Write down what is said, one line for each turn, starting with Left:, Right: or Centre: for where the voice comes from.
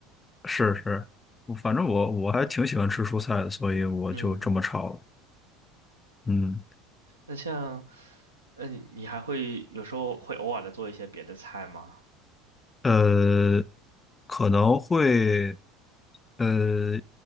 Left: 是是，我反正我我还挺喜欢吃蔬菜的，所以我就这么炒了。
Right: 嗯，
Left: 嗯，
Right: 那像嗯、你你还会有时候会偶尔的做一些别的菜吗？
Left: 呃，可能会，呃，